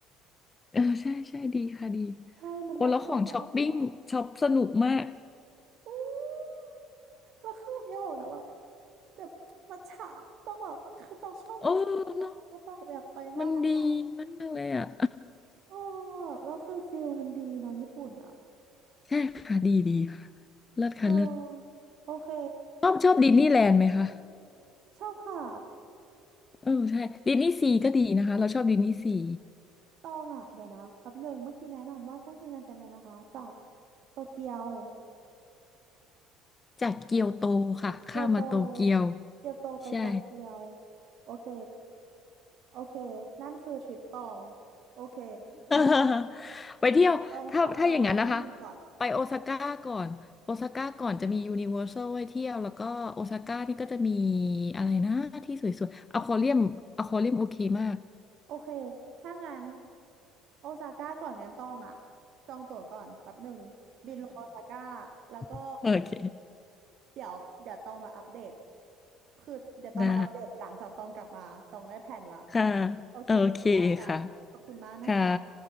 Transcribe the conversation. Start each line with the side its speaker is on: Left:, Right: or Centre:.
Left: <laughs> เออใช่ใช่ดีค่ะดี
Right: ใช่มันได้เข้าออกนอกออกหมด
Left: โอ้แล้วของช้อปปิ้งช็อปสนุกมาก
Right: อืมแล้วคืออย่าบอกนะแบบแบบมัทฉะต้องแบบคือต้องชอบมัทฉะต้องต้องอยากไปมากก็อยาก
Left: โอ้เนาะมันดีมากเลยอ่ะ
Right: โอ้แล้วคือฟิลมันดีเนาะญี่ปุ่นอะ
Left: <laughs> ใช่ค่ะดีดีค่ะเลิศค่ะเลิศ
Right: โอโอเค
Left: ชอบชอบดิสนีย์แลนด์ไหมคะ
Right: ชอบค่ะ
Left: เออใช่ดิสนีย์ซีก็ดีนะคะเราชอบดิสนีย์ซี
Right: ตองอ่ะเดี๋ยวนะแป๊บหนึ่งเมื่อกี้แนะนำว่าชั้งชินกันเซ็นเลยนะคะจากโตเกียว
Left: จากเกียวโตค่ะข้ามมาโตเกียว
Right: เกียวโตเกียวโตไปโตเกียว
Left: ใช่
Right: โอเคโอเคนั่นคือทริปตองโอเค
Left: <laughs> ไปเที่ยวถ้าถ้าอย่างนั้นนะคะ
Right: เดี๋ยวตองขอจองตั๋วเครื่องบินก่อน
Left: ไปโอซาก้าก่อนโอซาก้าก่อนจะมียูนิเวอร์แซลไว้เที่ยวแล้วก็โอซาก้านี่ก็จะมีอะไรนะที่สวยๆอควาเรียมอควาเรียมโอเคมาก
Right: โอเคถ้างั้นโอซาก้าก่อนงั้นตองอ่ะจองตั๋วก่อนแป๊บหนึ่งบินลงโอซาก้าแล้วก็
Left: <laughs> โอเค
Right: เดี๋ยวเดี๋ยวต้องมาอัปเดตคือเดี๋ยวต้องมาอัปเดตหลังจากตองกลับมาตองได้แผนละ
Left: ได้ค่ะ
Right: โอเคเดี๋ยวว่ากันขอบคุณมากนะคะ
Left: โอเคค่ะค่ะ